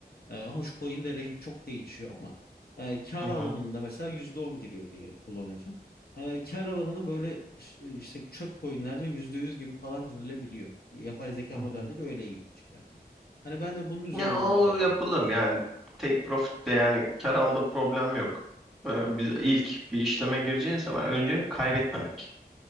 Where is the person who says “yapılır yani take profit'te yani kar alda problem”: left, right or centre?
Centre